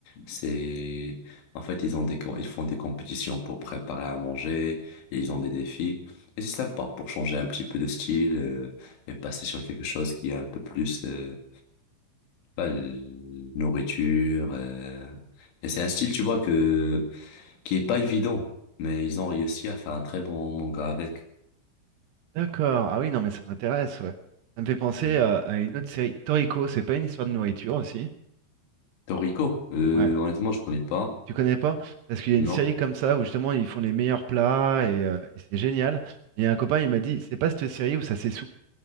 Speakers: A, on the left (about 75°); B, on the right (about 70°).
A: C'est, en fait, ils ont des, com- ils font des compétitions pour préparer à manger, et ils ont des défis. Et c'est sympa pour changer un petit peu de style euh, et passer sur quelque chose qui est un peu plus, euh, pas l- nourriture. euh. Et c'est un style, tu vois, que qui est pas évident, mais ils ont réussi à faire un très bon manga avec.
B: D'accord. Ah oui, non, mais ça m'intéresse, ouais. Ça me fait penser
A: Hmm.
B: à, à une autre série. Toriko, c'est pas une histoire de nourriture aussi?
A: Toriko, euh,
B: Ouais.
A: honnêtement, je connais pas.
B: Tu connais pas? Parce qu'il y a une
A: Non,
B: série comme ça où justement ils font les meilleurs plats et, euh, et c'est génial. Et un copain il m'a dit, c'est pas cette série où ça s'essouffle.